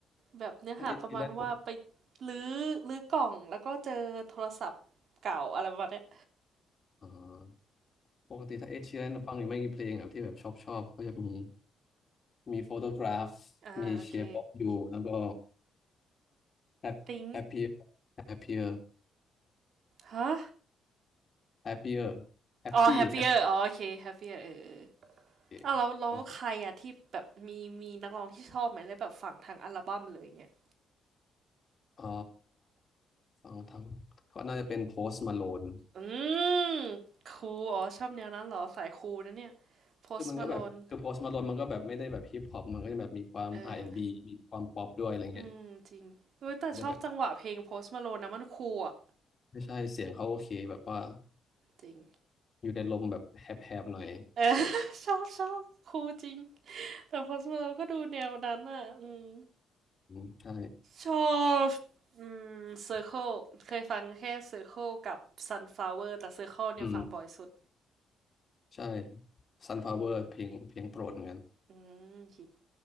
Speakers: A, on the right; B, on the left.
A: แบบเนื้อหาประมาณว่าไป
B: ถ้าเอชีแรนปก
A: ลื้อลื้อกล่องแล้วก็เจอโทรศัพท์เก่าอะไรประมาณเนี้ย
B: อ่าปกติถ้าเอชีแรนฟังอยู่ไม่กี่เพลงอ่ะที่แบบชอบชอบก็จะมีมีโฟโตกราฟ
A: อ่าโอเค
B: มีเชฟออฟยูแล้วก็แฮปแฮปปี้
A: ติ้ง
B: แฮปปี้
A: ฮะ
B: แฮปปี้แฮปปี้แฮป
A: อ๋อ happier อ๋อโอเค happier เออเออ
B: ปี้
A: อ้าวแล้วแล้วใครอะที่แบบมีมีนักร้องที่ชอบไหมเลยแบบฝั่งทางอัลบั้มเลยเงี้ย
B: เอ่อฟังทั้งก็น่าจะเป็นโพส t m มาโลน
A: อืมคูลอ๋อชอบแนวนั้นเหรอสายคูลนะเนี่ย post
B: คือมันก็แบบคือโพสต์มาลอนมันก็แบบไม่ได้แบบฮิปฮอปมันก็จะแบบมีความ
A: malone เออ
B: R&B มีความป๊อปด้วยอะไรเงี้ย
A: อืมจริงเออแต่ชอบจังหวะเพลง
B: มันได้แบบ
A: post malone นะมันคูลอะ
B: ไม่ใช่เสียงเขาโอเคแบบว่า
A: จริง
B: อยู่ในลมแบบแหบๆหน่อย
A: เออ <laughs> ชอบชอบครูจริง แต่พอสมาเราก็ดูแนวนั้นอ่ะอืม
B: อืมใช่
A: ชอบอืมเซอร์เคิลเคยฟังแค่เซอร์เคิลกับซันฟลาวเวอร์แต่เซอร์เคิลเนี่ยฟังบ่อยสุด
B: อืมใช่ Sunflower เพลงเพลงโปรดเหมือนกัน
A: อืมฮิต